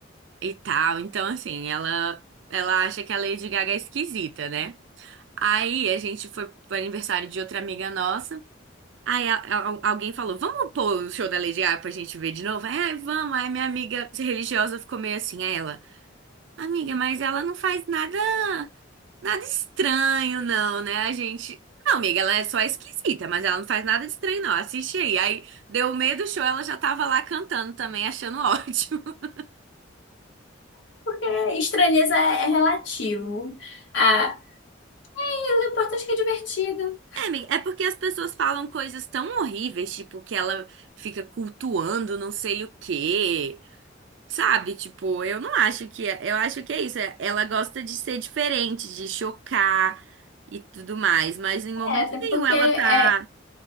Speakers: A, on the right (about 65°); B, on the left (about 70°).
A: e tal. Então, assim, ela, ela acha que a Lady Gaga é esquisita, né? Aí a gente foi pro aniversário de outra amiga nossa. Aí a- a- alguém falou: Vamos pôr o show da Lady Gaga pra gente ver de novo? Aí, "Ai, vamos. Aí minha amiga religiosa ficou meio assim. Aí ela: Amiga, mas ela não faz nada. Nada estranho, não, né? A gente. Não, amiga, ela é só esquisita, mas ela não faz nada de estranho, não. Assiste aí. Aí deu meio do show, ela já tava lá cantando também, achando ótimo. <laughs>
B: É, estranheza é é relativo. Ah, Mas O importante é que é divertido.
A: É, amiga, é porque as pessoas falam coisas tão horríveis, tipo, que ela fica cultuando não sei o quê. Sabe? Tipo, eu não acho que. é- Eu acho que é isso. é- Ela gosta de ser diferente, de chocar e tudo mais. Mas em momento
B: É, até
A: nenhum
B: porque
A: ela
B: é,
A: tá.